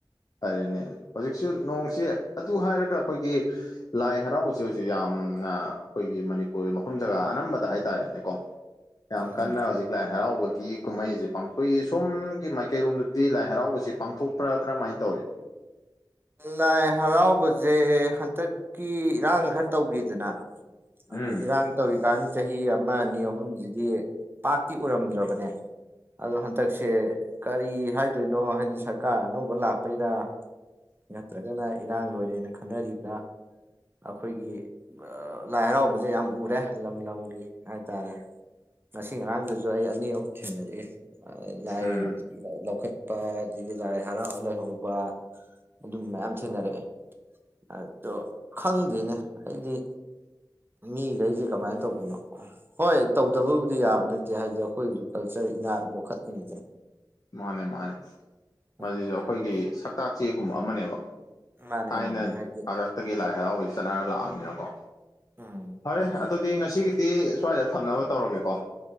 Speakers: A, on the left; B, on the right.
A: ꯐꯔꯦꯅꯦ ꯍꯧꯖꯤꯛꯁꯨ ꯅꯣꯡꯁꯤ ꯑꯗꯨ ꯍꯥꯏꯔꯒ ꯑꯩꯈꯣꯏꯒꯤ ꯂꯥꯏ ꯍꯔꯥꯎꯁꯦ ꯍꯧꯖꯤꯛ ꯌꯥꯝꯅ ꯑꯩꯈꯣꯏꯒꯤ ꯃꯅꯤꯄꯨꯔ ꯃꯐꯝ ꯖꯒꯥ ꯑꯅꯝꯕꯗ ꯍꯥꯏꯇꯥꯔꯦꯅꯦꯀꯣ ꯌꯥꯝ
B: ꯎꯝ
A: ꯀꯟꯅ
B: ꯎꯝ
A: ꯍꯧꯖꯤꯛ ꯂꯥꯏ ꯍꯔꯥꯎꯕꯗ ꯒꯤ ꯀꯨꯝꯍꯩ ꯑꯁꯤ ꯄꯥꯡꯊꯣꯛꯏ ꯁꯣꯝꯒꯤ ꯃꯥꯏꯀꯩꯔꯣꯝꯗꯗꯤ ꯂꯥꯏ ꯍꯔꯥꯎꯕꯁꯤ ꯄꯥꯡꯊꯣꯛꯄ꯭ꯔꯥ ꯀꯔꯝꯍꯥꯏ ꯇꯧꯋꯤ
B: ꯂꯥꯏ ꯍꯔꯥꯎꯕꯁꯦ ꯍꯟꯇꯛꯀꯤ ꯏꯔꯥꯡ ꯈꯔ ꯇꯧꯒꯤꯗꯅ ꯑꯗꯣꯏꯗꯤ
A: ꯎꯝ
B: ꯏꯔꯥꯡ ꯇꯧꯔꯤ ꯀꯥꯟ ꯆꯍꯤ ꯑꯃ ꯑꯅꯤ ꯑꯍꯨꯝꯁꯤꯗꯤ ꯄꯥꯛꯇꯤ ꯎꯔꯝꯗ꯭ꯔꯕꯅꯦ ꯑꯗꯣ ꯍꯟꯗꯛꯁꯦ ꯀꯔꯤ ꯍꯥꯏꯗꯣꯏꯅꯣ ꯍꯥꯏꯗꯤ ꯁꯔꯀꯥꯔ ꯑꯅꯧꯕ ꯂꯥꯛꯄꯩꯔ ꯅꯠꯇ꯭ꯔꯒꯅ ꯏꯔꯥꯡ ꯂꯣꯏꯔꯦꯅ ꯈꯟꯅꯔꯤꯕ꯭ꯔ ꯑꯩꯈꯣꯏꯒꯤ ꯂꯥꯏ ꯍꯔꯥꯎꯕꯁꯦ ꯌꯥꯝ ꯎꯔꯦ ꯂꯝ ꯂꯝꯒꯤ ꯍꯥꯏ ꯇꯔꯦ ꯉꯁꯤ ꯉꯔꯥꯡꯗꯁꯨ ꯑꯩ ꯑꯅꯤ ꯑꯍꯨꯝ ꯈꯦꯡꯅꯔꯛꯑꯦ ꯑ ꯂꯥꯏ
A: ꯎꯝ
B: ꯂꯧꯈꯠ ꯄꯥ ꯗꯨꯗꯤ ꯂꯥꯏ ꯍꯔꯧ ꯂꯩꯍꯧꯕ ꯑꯗꯨꯝ ꯃꯌꯥꯝ ꯁꯦꯟꯅꯔꯛꯑꯦ ꯑꯗꯣ ꯈꯪꯗꯦꯅꯦ ꯑꯩꯗꯤ ꯃꯤꯈꯩꯁꯦ ꯀꯃꯥꯏꯅ ꯇꯧꯕꯅꯣ ꯍꯣꯏ ꯇꯧꯗꯕꯕꯨꯗꯤ ꯌꯥꯝ ꯅꯠꯇꯦ ꯍꯥꯏꯗꯤ ꯑꯩꯈꯣꯏꯒꯤꯁꯨ ꯀꯜꯆꯔ ꯏꯅꯥꯠ ꯌꯣꯛꯈꯠꯂꯤꯅꯤꯗꯅ
A: ꯃꯥꯅꯦ ꯃꯥꯅꯦ
B: ꯎꯝ
A: ꯃꯁꯤꯁꯨ
B: ꯑꯗꯨꯗꯨꯅ
A: ꯑꯩꯈꯣꯏꯒꯤ ꯁꯛꯇꯥꯛ ꯆꯦꯒꯨꯝꯕ ꯑꯃꯅꯦꯕ
B: ꯃꯥꯅꯦ
A: ꯊꯥꯏꯅ
B: ꯃꯥꯅꯦ ꯍꯥꯏꯗꯤ
A: ꯍꯥꯛꯇꯛꯇꯒꯤ ꯂꯥꯏ ꯍꯔꯥꯎꯕ ꯆꯠꯅꯔ ꯂꯥꯛꯑꯝꯅꯤꯅꯀꯣ
B: ꯎꯝ
A: ꯐꯔꯦ
B: ꯍꯥꯏꯗꯤ
A: ꯑꯗꯨꯗꯤ ꯉꯁꯤꯒꯤꯗꯤ ꯁ꯭ꯋꯥꯏꯗ ꯊꯝꯅꯕ ꯇꯧꯔꯒꯦꯀꯣ